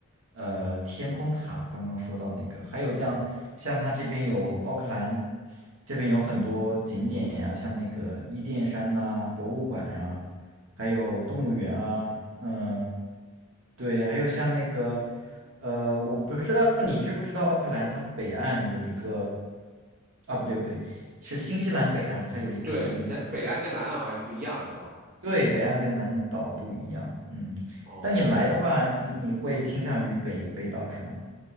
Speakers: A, on the right; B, on the right.
A: 呃，天空塔，刚刚说到那个，还有像像它这边有奥克兰，这边有很多景点呀，像那个伊甸山呐、博物馆呀、还有动物园啊，嗯、对，还有像那个，呃，我不知道你知不知道奥克兰它北岸有一个，啊，不对不对，是新西兰北岸，它有一个那个，
B: 对，那北岸跟南岸好像不一样是吧？
A: 对，北岸跟南岛不一样，嗯。
B: 哦。
A: 但你来的话，你你会倾向于北北岛是吗？